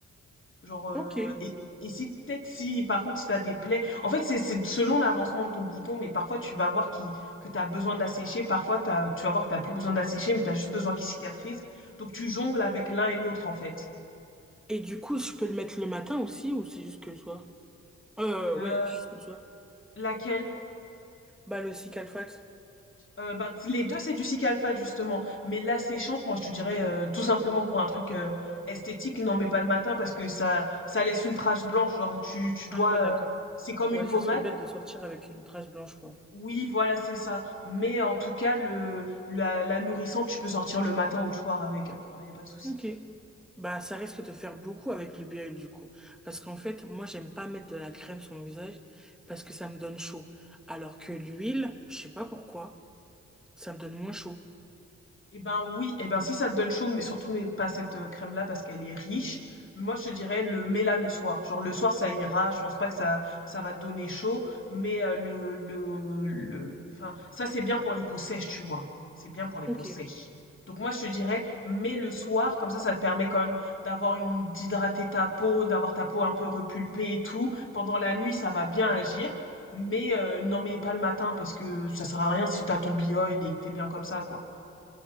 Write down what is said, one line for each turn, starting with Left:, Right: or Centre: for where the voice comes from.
Left: Genre, euh,
Centre: Ok.
Left: et, et si peut-être si par contre si t'as des plaies, en fait c'est c'est selon l'avancement de ton bouton, mais parfois tu vas voir qui que t'as besoin de la sécher, parfois t'as, tu vas voir que t'as plus besoin de la sécher, mais t'as juste besoin qu'il cicatrise. Donc tu jongles avec l'un et l'autre en fait.
Centre: Et du coup je peux le mettre le matin aussi ou c'est juste que le soir? Euh
Left: Euh,
Centre: ouais juste le soir.
Left: laquelle?
Centre: Bah le cicalfate.
Left: Euh, ben, c- les deux c'est du cic justement, mais la séchante, moi je te dirais euh, tout simplement pour un truc euh, esthétique, n'en mets pas le matin parce que ça ça laisse une trace blanche. Genre tu tu dois,
Centre: Ah ouais d'accord.
Left: euh, c'est comme
Centre: Ouais
Left: une pommade.
Centre: ça serait bête de sortir avec une trace blanche quoi.
Left: Oui, voilà, c'est ça. Mais en tout cas, le, la, la nourrissante, tu peux sortir le matin ou le soir avec, hein. Enfin, il n'y a pas de souci.
Centre: Ok. Bah, ça risque de faire beaucoup avec le BL du coup. Parce qu'en fait, moi, j'aime pas mettre de la crème sur mon visage parce que ça me donne chaud. Alors que l'huile, je sais pas pourquoi, ça me donne moins chaud.
Left: Eh ben oui, eh ben si ça te donne chaud, mais surtout mais pas cette euh, crème-là parce qu'elle est riche. Moi je te dirais le mets-la le soir. Genre le soir ça ira, je pense pas que ça ça va te donner chaud, mais euh, le le le enfin ça c'est bien pour les peaux sèches, tu vois. C'est bien pour les
Centre: Ok.
Left: peaux sèches. Donc moi je te dirais mets le soir, comme ça ça te permet quand même d'avoir une d'hydrater ta peau, d'avoir ta peau un peu repulpée et tout. Pendant la nuit ça va bien agir, mais euh, n'en mets pas le matin parce que ça sert à rien si t'as ton bioil et que t'es bien comme ça quoi.